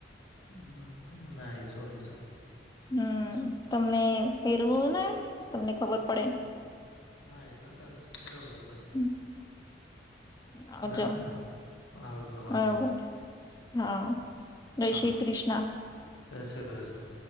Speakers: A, on the left (about 80°); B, on the left (about 20°).
A: હમ્મ હમ્મ ના આઈશું આઈશું.
B: હમ્મ તમને પેરવું ને તમને ખબર પડે.
A: હા એ છેજ. ફેરાવજો પછી.
B: હમ આવજો
A: બરાબર ના આવજો આવજો.
B: બરોબર હા, જય
A: હા
B: શ્રી કૃષ્ણા.
A: જય શ્રી કૃષ્ણ.